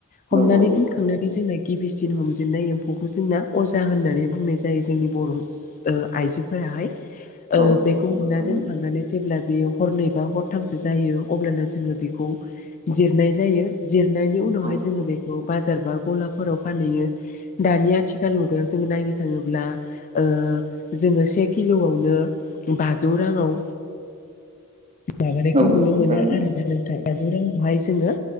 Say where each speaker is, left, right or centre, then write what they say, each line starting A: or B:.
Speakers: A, on the left; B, on the right.
A: हमनानै
B: औ औ
A: दोनखांनानै जोंना गिबिसिन हमजेननाय एम्फौखौ जोंना अजा होननानै बुंनाय जायो जोंनि बर' ओ आइजोफोराहाय।
B: नंगौ
A: ओ बेखौ
B: औ नंगौ
A: हमना
B: थारैनो
A: दोनखांनानै जेब्ला बेयो हरनैबा हरथामसो जायो अब्लानो जोङो बेखौ जिरनाय जायो। जिरनायनि उनावहाय
B: औ
A: जोङो बेखौ बाजार बा गलाफोराव फानहैयो दानि आथि खाल मुगायाव जोङो नायनो थाङोब्ला ओ जोङो से किल'आवनो बाजौ राङाव माबानायखौ
B: औ
A: नुनो
B: नंगौ
A: मोनो
B: थारैनो
A: आरोना नोंथां बाजौ राङावहाय जोङो